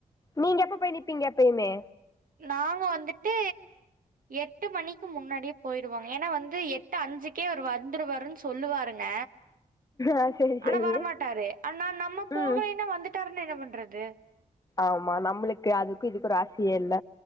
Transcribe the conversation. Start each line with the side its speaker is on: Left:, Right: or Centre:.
Left: நீங்க எப்ப போய் நிப்பீங்க எப்பயுமே
Right: நாங்க வந்துட்டு எட்டு மணிக்கு முன்னாடியே போயிருவங்க ஏன்னா வந்து எட்டு அஞ்சுக்கே அவரு வந்துருவாருன்னு சொல்லுவாருங்க
Left: ஆ செரி செரி
Right: ஆனா வரமாட்டாரு ஆனா நம்ம
Left: ம்
Right: போகலேன்னா வந்துட்டா என்ன பண்றது
Left: ஆமா நம்மளுக்கு அதுக்கும் இதுக்கு ஒரு ஆசையே இல்ல